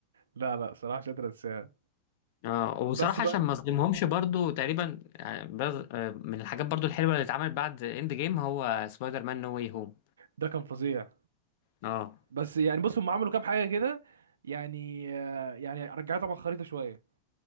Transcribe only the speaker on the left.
اه وبصراحة
عشان ما اظلمهمش برضو تقريبا آه، بز- آه، من الحاجات برضو الحلوة اللي اتعملت بعد اند جيم هو سبايدر مان نو واي هوم
اه